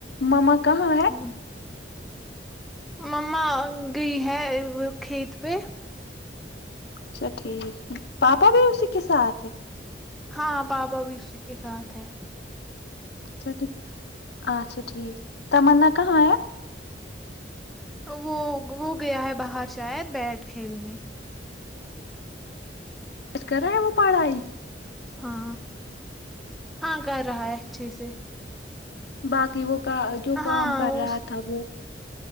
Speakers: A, on the left; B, in the centre.
A: ماما کہاں ہے
B: ہ مما گئی ہے وہ کھیت پہ
A: اچھا ٹھیک پاپا بھی اسی کے ساتھ ہے
B: ہاں پاپا بھی اسی کے ساتھ ہے
A: اچھاٹھیک اچھا ٹھیک تمننا کہاں ہے
B: وہ وہ گیا ہے باہر شاید بیٹ کھیلنے
A: کج کر رہے ہیں وہ پڑھائی
B: ہاں ہاں کر رہا ہے اچھے سے
A: بای وہ کا جو
B: ہاں
A: کام کر
B: اس
A: رہا تھا وہ